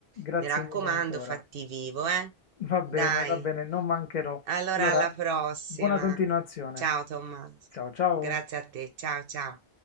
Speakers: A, on the left (about 50°); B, on the right (about 65°).
A: Grazie
B: Mi raccomando,
A: mille ancora.
B: fatti vivo, eh?
A: Va
B: Dai,
A: bene, va bene, non mancherò.
B: allora
A: Allora,
B: alla prossima.
A: buona continuazione.
B: Ciao Tommaso,
A: Ciao, ciao.
B: grazie a te, ciao ciao.